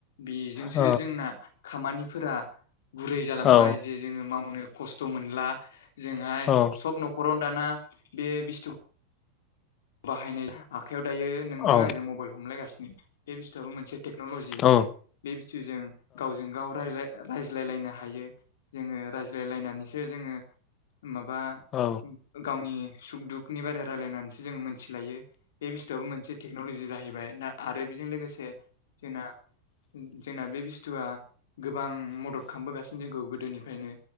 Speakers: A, on the left; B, on the left.
A: बेजोंसो
B: औ
A: जोंना खामानिफोरा गुरै जालांबाय
B: औ
A: जे जोङो मावनो खस्थ मोनला जोंहा ए
B: औ
A: सब नखराव दाना बे बिस्थुखो बाहायनाय आखायाव दायो नोंजों
B: औ
A: आंजों मबाइल हमलायगासिनो बे बिस्थुआबो मोनसे टेक्न'लजि
B: औ
A: जों
B: औ
A: बे बिथिंजों गावजों गाव रायज्लाय रायज्लायलायनो हायो जोङो रायज्लायलायनानैसो जोङो माबा
B: औ।
A: गावनि सुख दुखनि बारै रायलायनानैसो जोङो मोनथिलायो बे बस्थुआबो मोनसे टेक्नलजि जाहैबाय ना आरो बेजों लोगोसे जोंना जोंना बे बेस्थुआ गोबां मदद खालामबोगासिनो जोंखौ गोदोनिफ्रायनो